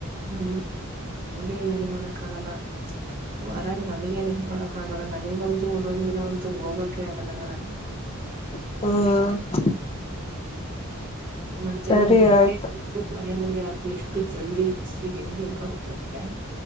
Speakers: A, on the right; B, on the left.
A: ಹ್ಮ್ ಹಗೆ ಏನ್ ಮಾಡಕ್ಕ ಆಗಲ್ಲ ಹೊರಾಗ ನಮಗ ನಿಂಕೊಳಕ್ ಆಗಲ್ಲ ನನಗಂತೂ ಒಂದೊಂದ್ ದಿನ ಅಂತೂ ಹೋಗಕ ಆಗಲ್ಲ ಹೊರಗ್
B: ಹ್ಮ್
A: ಮತ್ತೆ
B: ಸರಿ
A: ನಿನ್್ಗೆ ಎಷ್ಟೇು
B: ಆಯ್ತು
A: ಮನೆ ಮುಂದೆ ಹಾಕು ಎಷ್ಟು ಜಲ್ದಿ ಬಿಸ್ಲಿಿಗೆ ಹೆಂಗ್ ಹಳ್ಕೊತ್ತಂದ್ರೆ